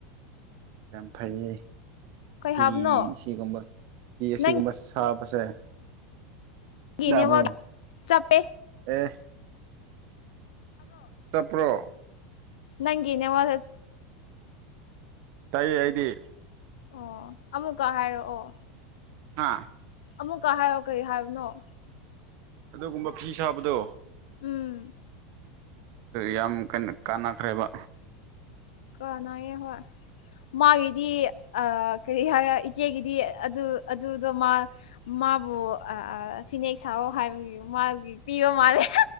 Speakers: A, on the right (about 50°); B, on the left (about 65°).
A: ꯌꯥꯝ ꯐꯩꯌ‌ꯦ
B: ꯀꯩ
A: ꯐꯤ
B: ꯍꯥꯏꯕꯅꯣ
A: ꯁꯤꯒꯨꯝꯕ ꯐꯤ ꯑꯁꯤꯒꯨꯝꯕ
B: ꯅꯪꯒꯤ
A: ꯁꯕ ꯖ‌ꯦ ꯌꯕ꯭ꯔ‌ꯣ
B: ꯅꯦꯠꯋꯥꯛ ꯆꯞꯄꯦ
A: ꯑ‌ꯦ ꯆꯞꯄ꯭ꯔꯣ
B: ꯅꯪꯒꯤꯅꯦ ꯋꯥꯠ
A: ꯇꯥꯏꯑ‌ꯦ ꯑꯩꯗꯤ
B: ꯑꯣ ꯑꯃꯨꯛꯀ ꯍꯥꯏꯔꯛꯑꯣ
A: ꯍꯥꯥ
B: ꯑꯃꯨꯛꯀ ꯍꯥꯏꯑꯣ ꯀꯔꯤ ꯍꯥꯏꯕꯅꯣ
A: ꯑꯗꯨꯒꯨꯝꯕ ꯐꯤ ꯁꯥꯕꯗꯣ
B: ꯎꯝ
A: ꯌꯥꯝ ꯀꯟꯅ ꯀꯥꯟꯅꯈ꯭ꯔꯦꯕ
B: ꯀꯅꯥꯏꯌꯦ ꯍ‌ꯣꯏ ꯃꯥꯒꯤꯗꯤ ꯀꯔꯤ ꯍꯥꯏꯔꯣ ꯏꯆꯦꯒꯤꯗꯤ ꯑꯗꯨ ꯑꯗꯨꯗꯣ ꯃꯥ ꯃꯥ ꯃꯥꯕꯨ ꯐꯤꯅꯦꯛ ꯁꯥꯑꯣ ꯍꯥꯏꯕꯒꯤ ꯃꯥꯒꯤ ꯄꯤꯕ ꯃꯥꯜꯂꯦ